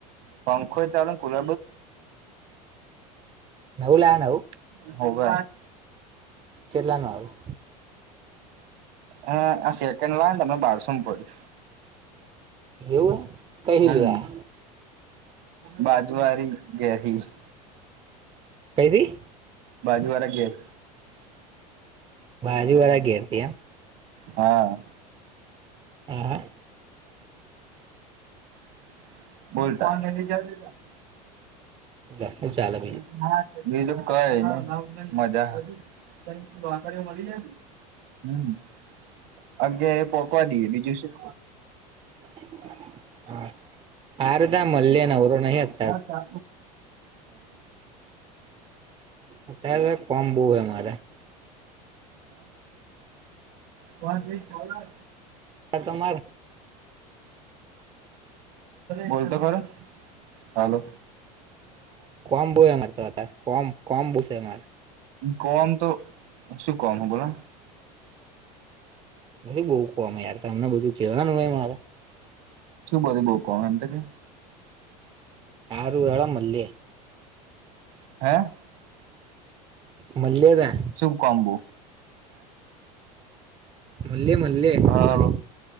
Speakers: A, on the right (about 60°); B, on the right (about 25°).
A: પંખોય ચાલુંન કુલર
B: નવું લા નવું
A: <unintelligible> <unintelligible> હોવે.
B: કેટલા નું આવ્યું
A: હા. આ સેકન્ડ લાઈ તો અમે બારસોમ પડ્યું.
B: એવું હે કઈ
A: હમ્મ.
B: લ્યા
A: બાજવારી ગેરીસ
B: કેઈથી?
A: બાજુવાળા ગેર
B: બાજુવાળા ઘેરથી એમ
A: હા.
B: હા હા
A: <unintelligible>
B: તો ચાલો
A: બીજું કંઈ નહીં, મજા. હમ્મ. અગિયા એ પોખવા દઈએ બીજું શું.
B: <unintelligible>
A: <unintelligible> હા? બસ
B: અત્યારે કોમ્બુ હે મારે
A: ભાઈ ચાલ,
B: સર તમારા,
A: બોલતો ખરો હાલો,
B: કમ બહુ મારે તો,
A: કામ તો શું હ બોલો,
B: બધી બહુ કહે યાર અમને બધું કેવાનું હોય મારે,
A: શું બધું બહુ એમ તો કે,
B: સારું મળીએ,
A: <unintelligible>
B: મળે.
A: શું કામ બહુ,
B: મળીએ
A: હાલો
B: ફરી,